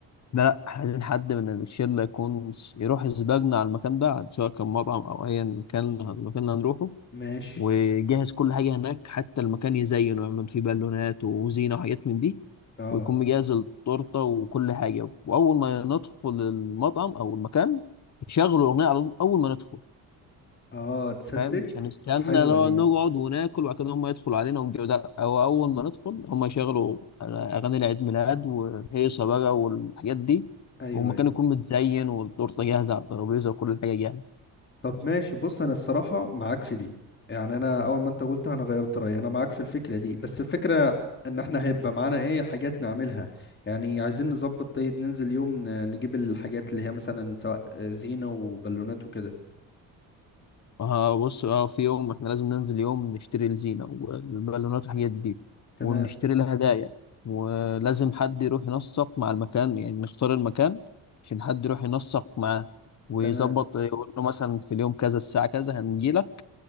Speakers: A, on the left (about 45°); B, on the left (about 30°).
A: لا لا احنا عايزين حد من الشلة يكون س- يروح يسبقنا على المكان ده سواء كان مطعم أو أيا كان المكان اللي هنروحه
B: ماشي
A: ويجهز كل حاجة هناك حتى المكان يزين ويعمل فيه بالونات وزينة وحاجات من دي
B: اه
A: ويكون مجهز التورتة وكل حاجة وأول ما ندخل المطعم أو المكان يشغلوا الأغنية على طول أول ما ندخل
B: اه تصدق
A: فاهم مش هنستنى
B: حلوة
A: لو
B: دي
A: نقعد وناكل وبعد كده هم يدخلوا علينا ونجيب ده او اول ما ندخل هم يشغلوا اغاني العيد ميلاد وهيصه بقى والحاجات دي
B: ايوه
A: والمكان
B: ايوه
A: يكون متزين والتورته جاهزه على الترابيزه وكل حاجه جاهزه
B: طب ماشي بص انا الصراحة معاك في دي يعني انا اول ما انت قلت انا غيرت رأيي انا معاك في الفكرة دي بس الفكرة ان احنا هيبقى معانا ايه حاجات نعملها يعني عايزين نظبط طيب ننزل يوم ن- نجيب الحاجات اللي هي مثلا سواء زينة وبالونات وكده
A: اه بص اه في يوم احنا لازم ننزل يوم نشتري الزينه والبالونات والحاجات دي
B: تمام
A: ونشتري الهدايا ولازم حد يروح ينسق مع المكان يعني نختار المكان عشان حد يروح ينسق معاه ويظبط
B: تمام
A: يقول له مثلا في اليوم كذا الساعة كذا هنجيلك